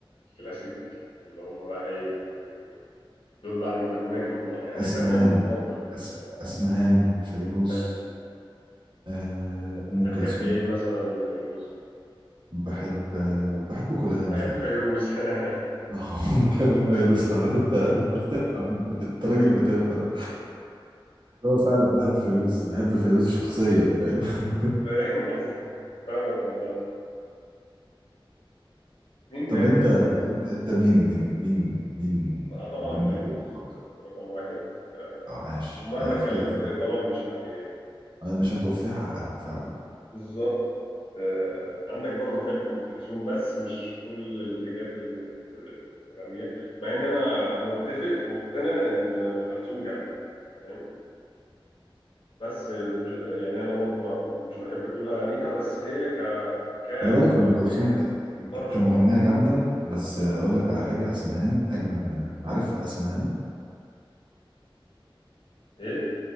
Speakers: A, on the left; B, on the right.
A: الكلاسيك اللي هم بقى ايه يعني دول بقى من فنانك المفضل يعني
B: اسمها
A: فنان مفضل بالنسبه
B: أس... أسمهان فيروز
A: لي حلو
B: آه، أم
A: بتحب
B: كلثوم
A: ايه مثلا لفيروز
B: بحب آه، بحب كل أغاني
A: بحب
B: فيروز
A: فيروز <laughs>
B: <laughs> بحب فيروز على- انت انت بتفهم انت راجل بتفهم هو فعلا بحب فيروز بحب فيروز شخصيا فاهم <laughs>
A: فاهم قصدك فاهمك والله مين
B: طب
A: تاني
B: انت
A: طيب
B: انت انت مين مين مين مين
A: آه، طبعا
B: مغنيك
A: فيروز
B: المفضل
A: آه، رقم واحد آه،
B: آه، عاش
A: ومهما
B: هي اختيار
A: اتكلمت
B: صح
A: طبعا مش هي
B: آه، مش هتوفيه حقها فعلا
A: بالظبط آه، عندك برضو بحب ام كلثوم بس مش كل الحاجات اللي بت- بتغنيها مع اني انا متفق ومقتنع ان ام كلثوم جامده فاهم بس مش يعني انا برضو ما مش بحب كل اغانيها بس هي ك كمغنية
B: خلي بالك ام كلثوم ك... ك-
A: طرش
B: كمغنيه جامده بس
A: اه
B: اقول لك على حاجه اسمهان اجمد منها عارف اسمهان
A: ايه